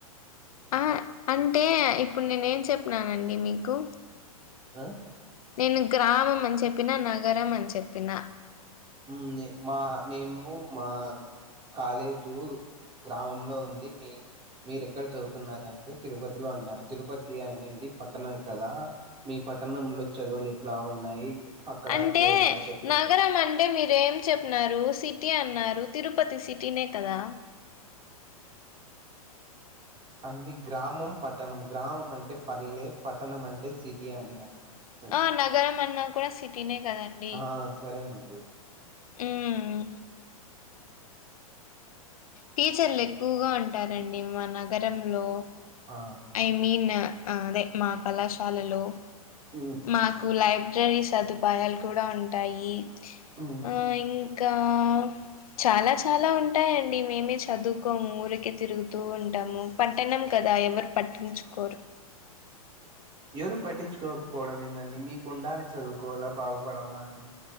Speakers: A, on the left; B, on the right.
A: ఆ అంటే ఇప్పుడు నేన్ ఏం చెప్పినానండి మీకు
B: ఆ
A: నేన్ గ్రామం అని చెప్పినా, నగరం అని చెప్పినా.
B: హ్మ్ మా నేను మా కాలేజు గ్రామంలో ఉంది, మీ మీరు ఎక్కడ చదువుతున్నారంటే తిరుపతిలో అన్నారు. తిరుపతి అనేది పట్టణం కదా, మీ పట్టణంలో చదువులు ఎట్లా ఉన్నాయి. అక్కడ
A: అంటే
B: చదువులు ఎలా చెప్తున్నా
A: నగరం అంటే మీర్ రు ఏం చెప్ నారు సిటీ అన్నారు తిరుపతి సిటీనే కదా.
B: అండి గ్రామం, పట్టణం గ్రామం అంటే పల్లె పట్టణం అంటే సిటీ అని అది
A: ఆ నగరం అన్నా కూడా సిటీనే కదండి.
B: ఆ సరేనండి
A: మ్మ్ టీచర్లు ఎక్కువగా ఉంటారండి మా నగరంలో.
B: ఆ
A: ఐ మీన్ ఆ అదే మహ కళాశ్ శాలలో
B: ఉమ్
A: మాకు లైబ్ బ్రరీ సదుపాయాలు కూడా ఉంటాయి
B: ఉమ్
A: ఆ ఇంకా చాలా చాలా ఉంటాయండి. మేమే చదువుకోము ఊరికే తిరుగుతూ ఉంటాము, పట్టణం కదా ఎవర్. పట్టించుకోరు
B: ఎవరు పట్టించుకోకపోవడం ఏందండి మీకు ఉండాలి, చదువుకోలా బాగుపడాల అని